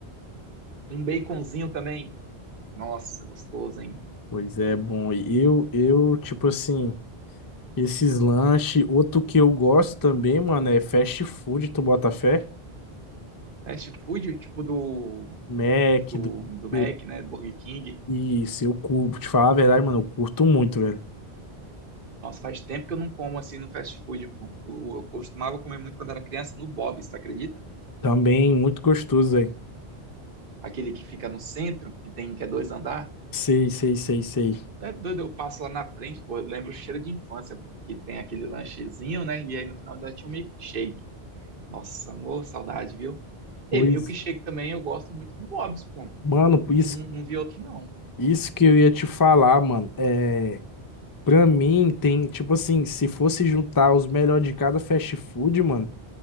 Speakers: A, on the right (about 60°); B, on the left (about 35°).
A: Um baconzinho também. Nossa, gostoso, hein?
B: Pois é, bom. E Eu, eu, tipo assim, esses lanches, outro que eu gosto também, mano, é fast food, tu bota fé?
A: Fast food, tipo do,
B: Mac,
A: do,
B: do
A: do Mac,
B: B-
A: né? Burger King.
B: Isso, eu curto. Te falar a verdade, mano, eu curto muito, velho.
A: Nossa, faz tempo que eu não como assim no fast food, pô. Eu, eu costumava comer muito quando era criança no Bob's, tu acredita?
B: Também muito gostoso, velho.
A: Aquele que fica no centro, que tem, que é dois andar.
B: Sei, sei, sei, sei.
A: É doido, eu passo lá na frente, pô, eu lembro o cheiro de infância, pô, que tem aquele lanchezinho, né? E aí no final dá tinha um milkshake. Nossa, amor, saudade, viu? E
B: Pois,
A: milkshake também eu gosto muito do Bob's, pô.
B: mano,
A: Eu não,
B: isso,
A: não vi outro, não.
B: isso que eu ia te falar, mano. É. Pra mim, tem, tipo assim, se fosse juntar os melhores de cada fast food, mano,